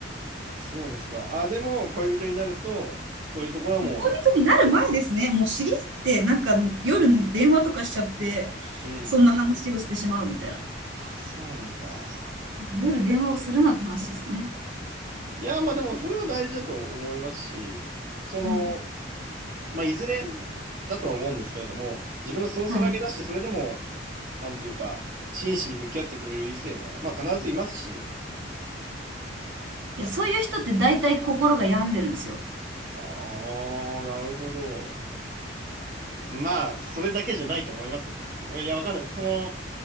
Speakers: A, on the right; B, on the right.
A: あ、そうですか。あ、でも、恋人になると、そういうところも、
B: もう恋人になる前ですね、もう知り合って、なんか夜電話とかしちゃって、
A: うん。
B: そんな話をしてしまうみたいな。
A: あ、そうなんだ。
B: 夜電話をするなって話ですかね。
A: いや、まあでも、それは大事だと思いますし、その、
B: うん。
A: まあ、いずれだとは思うんですけれども、自分の素をさらけ出して、
B: はい。い
A: それでも、なんていうか、真摯に向き合ってくれる異性は、まあ、必ずいますし。
B: や、そういう人って大体心が病んでるんですよ。
A: ああ、なるほど。まあ、それだけじゃないと思いますよ。いや、わかんない。その、